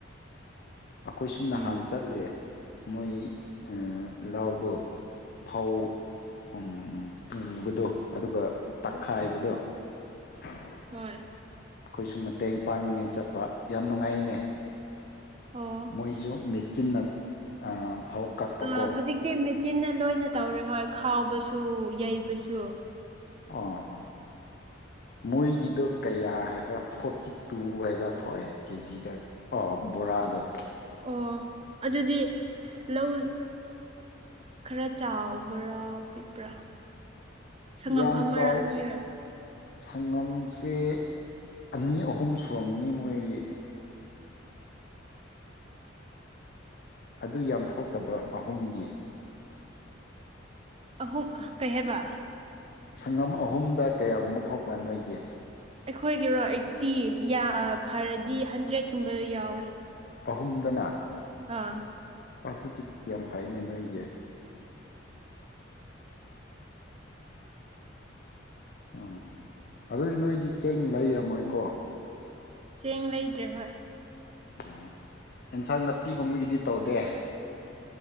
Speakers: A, on the left; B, on the right.
A: ꯑꯩꯈꯣꯏꯁꯨ ꯅꯍꯥꯟ
B: ꯎꯝ
A: ꯆꯠꯂꯦ ꯃꯣꯏ ꯑ ꯂꯧꯗꯣ ꯐꯧ ꯎꯝ ꯇꯨꯕꯗꯣ ꯑꯗꯨꯒ ꯇꯛꯈꯥꯏꯕꯗꯣ ꯑ <unintelligible>
B: ꯍꯣꯏ
A: ꯑꯩꯈꯣꯏꯁꯨ ꯃꯇꯦꯡ ꯄꯥꯡꯅꯤꯡꯉꯥꯏ ꯆꯠꯄ ꯌꯥꯝ ꯅꯨꯡꯉꯥꯏꯌꯦꯅꯦ
B: ꯑꯣ
A: ꯃꯣꯏꯖꯨ ꯃꯦꯆꯤꯟꯅ ꯑꯥ ꯐꯧ ꯀꯛꯄꯀꯣ
B: ꯑ ꯍꯧꯖꯤꯛꯇꯤ ꯃꯦꯆꯤꯟꯅ ꯂꯣꯏꯅ ꯇꯧꯔꯦ ꯍꯣꯏ ꯈꯥꯎꯕꯁꯨ ꯌꯩꯕꯁꯨ
A: ꯑꯣ ꯍꯣ ꯃꯣꯏꯒꯤꯗꯣ ꯀꯌꯥ ꯍꯥꯏꯕ꯭ꯔꯥ ꯐꯣꯔꯇꯤ ꯇꯨ ꯍꯥꯏꯕꯥ ꯊꯣꯛꯑꯦ ꯀꯦꯖꯤꯗ ꯑꯣ ꯕꯣꯔꯥꯗꯣ
B: ꯑꯣ ꯑꯗꯨꯗꯤ ꯂꯧ ꯈꯔ ꯆꯥꯎꯕ꯭ꯔꯥ ꯄꯤꯛꯄ꯭ꯔꯥ ꯁꯪꯉꯝ
A: ꯌꯥꯝ
B: ꯑꯃꯔ
A: ꯆꯥꯎꯥꯎ
B: ꯑꯅꯤꯔ
A: ꯁꯪꯒꯝꯁꯦ ꯑꯅꯤ ꯑꯍꯨꯝ ꯁꯨꯔꯝꯅꯤ ꯃꯣꯏꯒꯤ ꯑꯗꯨ ꯌꯥꯝ ꯊꯣꯛꯇꯕ꯭ꯔꯥ ꯑꯍꯨꯝꯒꯤ
B: ꯑꯍꯨꯝ ꯀꯩ ꯍꯥꯏꯕ
A: ꯁꯪꯉꯝ ꯑꯍꯨꯝꯗ ꯀꯌꯥꯒꯨꯝꯕ ꯊꯣꯛꯄ ꯅꯣꯏꯒꯤ
B: ꯑꯩꯈꯣꯏꯒꯤꯔꯣ ꯑꯩꯠꯇꯤ ꯐꯔꯗꯤ ꯍꯟꯗ꯭ꯔꯦꯠꯀꯨꯝꯕꯗ ꯌꯥꯎꯋꯦ
A: ꯑꯍꯨꯝꯗꯅ
B: ꯑꯥ
A: ꯑꯗꯨꯗꯤ ꯌꯥꯝ ꯐꯩꯅꯦ ꯅꯣꯏꯒꯤ ꯑꯣ ꯑꯗꯨꯗꯤ ꯅꯣꯏꯒꯤ ꯆꯦꯡ ꯂꯩꯔꯝꯃꯣꯏꯀꯣ
B: ꯆꯦꯡ ꯂꯩꯗ꯭ꯔꯦ ꯍꯣꯏ
A: ꯑꯣ ꯑꯦꯟꯁꯥꯡ ꯅꯥꯄꯤꯒꯨꯝꯕꯒꯤꯗꯤ ꯇꯧꯗꯦ